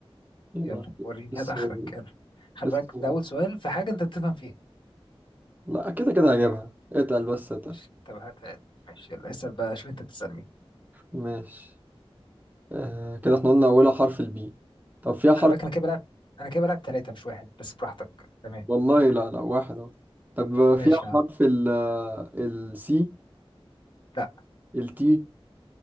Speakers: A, on the right; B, on the left.
A: يبقى
B: يلا وريني
A: الصعيد
B: هات اخرك يلا خلي
A: الصعيد
B: بالك ده اول سؤال في حاجه انت بتفهم فيها
A: لأ كده كده هجيبها اتقل بس اتقل
B: ماشي طب هات ماشي يلا اسال بقى شوف انت بتسال مين
A: ماشي آه كده احنا قلنا أولها حرف البي طب فيها
B: خلي
A: حرف
B: بالك انا كده بلعب انا كده بلعب ثلاثه مش واحد بس براحتك تمام
A: والله لا لا واحد أهو طب
B: ماشي
A: فيها
B: يا عم
A: حرف ال السي
B: لا
A: التي